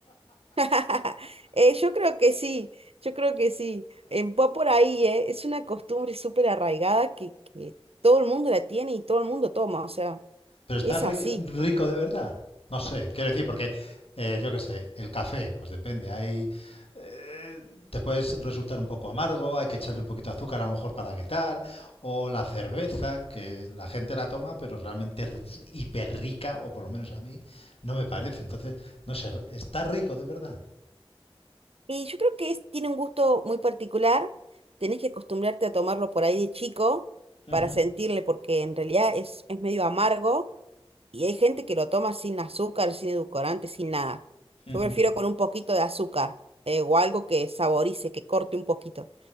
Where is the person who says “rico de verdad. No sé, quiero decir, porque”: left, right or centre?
Left